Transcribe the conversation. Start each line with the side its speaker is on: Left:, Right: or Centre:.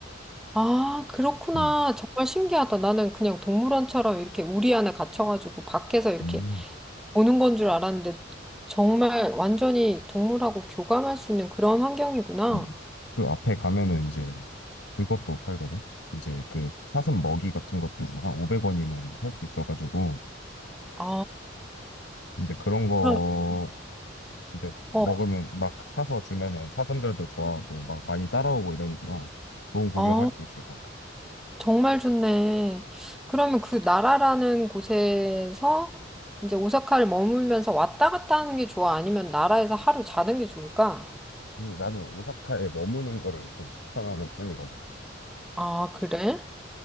Centre: 아, 그렇구나.
Left: 응.
Centre: 정말 신기하다. 나는 그냥 동물원처럼 이렇게 우리 안에 갇혀가지고 밖에서 이렇게
Left: 음.
Centre: 보는 건 줄 알았는데 정말 완전히 동물하고 교감할 수 있는 그런 환경이구나.
Left: 음. 그 앞에 가면은 이제 그것도 팔거든. 이제 그 사슴 먹이 같은 것도 한 500원이면 살 수 있어가지고
Centre: 아,
Left: 이제 그런 거
Centre: 그럼,
Left: 이제 먹으면
Centre: 어,
Left: 막 사서 주면은 사슴들도 좋아하고 막 많이 따라오고 이러니까 좋은 구경할
Centre: 아,
Left: 수 있을 것 같아.
Centre: 정말 좋네. 그러면 그 나라라는 곳에서 이제 오사카를 머물면서 왔다 갔다 하는 게 좋아? 아니면 나라에서 하루 자는 게 좋을까?
Left: 그리고 나는 오사카에 머무는 거를 좀 추천하는 편이거든.
Centre: 아, 그래?